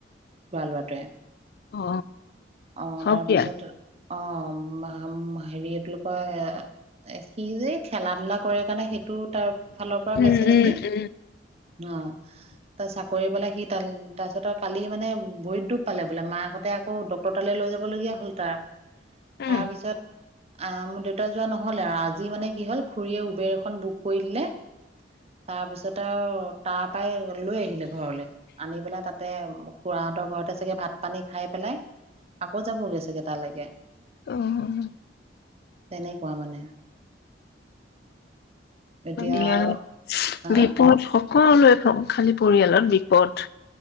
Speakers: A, on the right; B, on the left.
A: খুৰা লৰাটোৱে।
B: অ
A: অ'
B: থাওক
A: তাৰপিছত
B: দিয়া।
A: অ' ম-ম হেৰি এইটো লোকৰ সি যে খেলা ধুলা কৰে কাৰণে সেইটো তাৰ ফালৰ পৰা
B: উম
A: পাইছে। তেনেকি অ তা কৰি পেলাই সি তাত-তাৰপিছত আৰু কালি মানে ভৰিত দুখ পালে বোলে মাকহঁতে আকৌ ডক্তৰ তালৈ লৈ যাবলগীয়া হ'ল তাৰ।
B: উম
A: তাৰপিছত আহ মোৰ দেউতা যোৱা নহলে আৰু আজি মানে কি হল খুৰীয়ে উবেৰ এখন বুক কৰি দিলে তাৰপিছত আৰু তাৰ পৰাই লৈ আহিলে ঘৰলৈ। আনি পেলাই তাতে খুৰাহঁতৰ ঘৰতে চাগে ভাত পানী খাই পেলাই আকৌ যাবগে চাগে। কিবা লাগে?
B: অ'
A: তেনেকুৱা মানে। এতিয়া
B: ইয়
A: হা
B: বিপদ হক সকলোৱে ঠগ খালি পৰিয়ালত বিপদ।